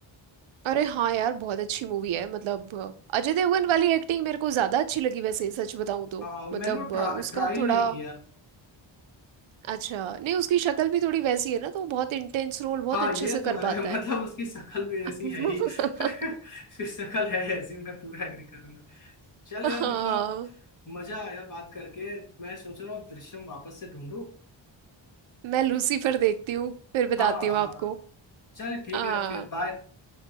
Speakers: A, on the right; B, on the left.
A: अरे हाँ यार बहुत अच्छी मूवी है मतलब अ, अजय देवगन वाली एक्टिंग मेरे को ज्यादा अच्छी लगी वैसे सच बताऊं तो
B: अ, मैंने
A: मतलब
B: वो ट्रा,
A: अ, उसका
B: ट्राई
A: थोड़ा
B: नहीं किया
A: अच्छा नहीं उसकी शक्ल भी थोड़ी वैसी है ना तो वो बहुत इंटेंस रोल बहुत
B: हाँ
A: अच्छे
B: ये
A: से
B: तो
A: कर
B: है
A: पाता
B: <laughs> मतलब
A: है
B: उसकी शक्ल भी
A: <laughs>
B: ऐसी है ही <laughs> उसकी शक्ल है ऐसी मैं पूरा एग्री करूंगा चल यार
A: हाँ
B: मतलब मजा आया बात करके मैं सोच रहा हूँ दृश्यम वापस से ढूंढूं
A: मैं लूसीफर देखती हूँ फिर बताती
B: हाँ
A: हूँ आपको
B: चल ठीक
A: हाँ
B: है फिर बाय